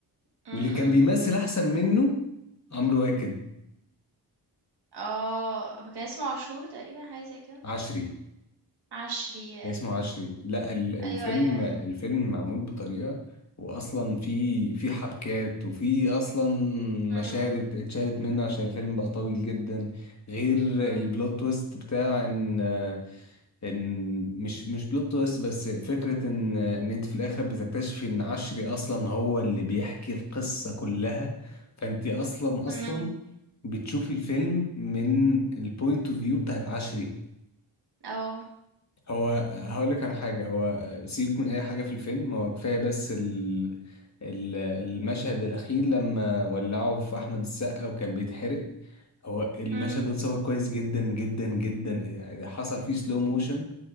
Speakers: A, on the right; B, on the left.
A: إمم،
B: واللي
A: إمم،
B: كان بيمثل احسن منه عمرو واكد
A: آه، هو كان اسمه عاشور تقريبًا حاجة زي كده،
B: عشري
A: عشري
B: اسمه
A: أيوه،
B: عشري لا ال- الفيلم
A: أيوه، أيوه، أيوه،
B: الفيلم معمول بطريقة واصلا في في حبكات وفي اصلا مشاهد
A: إمم،
B: ات- اتشالت منه عشان الفيلم بقى طويل جدا غير
A: إمم،
B: البلوت تويست بتاع ان ان مش مش بلوت تويست بس فكرة ان ان انت في الاخر بتكتشفي ان عشري اصلا هو اللي بيحكي القصة كلها فانت اصلا اصلا
A: إمم،
B: بتشوفي الفيلم من البوينت اوف فيو بتاعت عشري
A: آه،
B: هو هقول لك على حاجة هو سيبك من أي حاجة في الفيلم هو كفاية بس ال... ال... المشهد الأخير لما ولعوا في أحمد السقا وكان بيتحرق هو المشهد
A: إمم،
B: ده اتصور كويس جدا جدا جدا يعني حصل فيه سلو موشن